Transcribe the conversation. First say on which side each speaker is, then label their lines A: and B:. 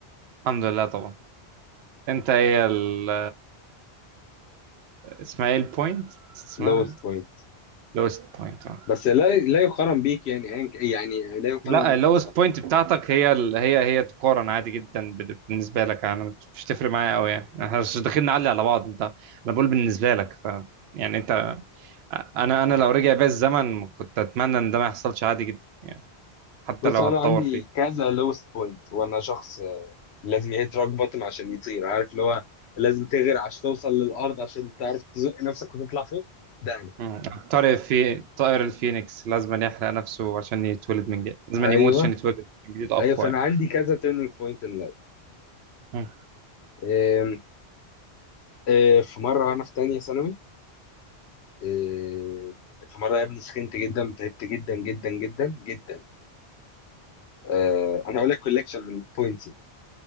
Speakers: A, on the right; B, on the left.
A: لله طبعا أنت إيه ال اسمها إيه البوينت اسمها
B: lowest point
A: لوست بوينت آه.
B: بس لا لا يقارن بيك يعني أياً ك- يعني لا يقارن
A: لا
B: بيك
A: اللوست
B: بصراحة
A: بوينت بتاعتك هي ال- هي هي تقارن عادي جدا بال- بالنسبه لك انا مش تفرق معايا قوي يعني احنا مش داخلين نعلي على بعض انت انا بقول بالنسبه لك ف يعني انت انا انا لو رجع بيا الزمن كنت اتمنى ان ده ما يحصلش عادي جدا حتى
B: بص
A: لو
B: أنا
A: هتطور
B: عندي
A: فيه
B: كذا lowest point وأنا شخص آه، لازم يهيت روك بوتم عشان يطير عارف اللي هو لازم تغرق عشان توصل للأرض عشان تعرف تزق نفسك وتطلع فوق ده أنا
A: مم. طارق في طائر الفينيكس لازم يحرق نفسه عشان يتولد من جديد لازم
B: أيوه
A: يموت عشان يتولد من جديد اقوى
B: أيوه فأنا
A: يعني
B: عندي كذا turning point in life
A: مم.
B: إيه، إيه، في مرة وأنا في تانية ثانوي إيه، في مرة يا ابني سخنت جدا تعبت جدا جدا جدا جدا آه، انا هقول لك كولكشن من البوينتس